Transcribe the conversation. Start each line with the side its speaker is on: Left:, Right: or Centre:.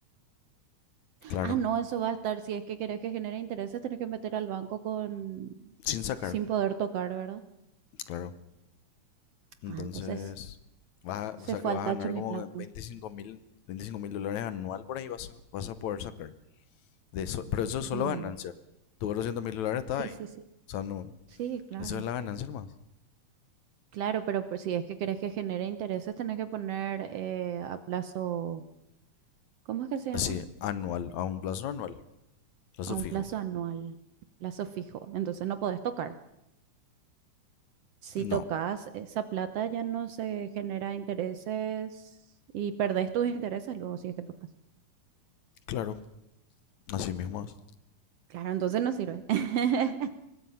Left: Claro.
Right: Ah, no, eso va a estar, si es que querés que genere intereses, tenés que meter al banco con
Left: Sin sacar,
Right: sin poder tocar, ¿verdad?
Left: claro. Entonces,
Right: Ah, entonces
Left: vas a-
Right: se
Left: o sea
Right: fue
Left: que vas
Right: al tacho
Left: a ganar
Right: mi
Left: como
Right: plan.
Left: veinticinco mil, 25 mil dólares anual por ahí vas a, vas a poder sacar. De eso, pero eso es solo
Right: Mm,
Left: ganancia. Tu 200 mil dólares está
Right: Sí,
Left: ahí.
Right: sí, sí.
Left: O sea, no.
Right: Sí, claro.
Left: Eso es la ganancia más
Right: Claro, pero pues si es que querés que genere intereses, tenés que poner eh, a plazo, ¿cómo es que se llama?
Left: Así, anual, a un plazo anual. Plazo
Right: A un
Left: fijo.
Right: plazo anual, plazo fijo. Entonces no podés tocar. Si
Left: No,
Right: tocas esa plata ya no se genera intereses y perdés tus intereses luego si es que tocas.
Left: claro, así mismo es.
Right: Claro, entonces no sirve. <laughs>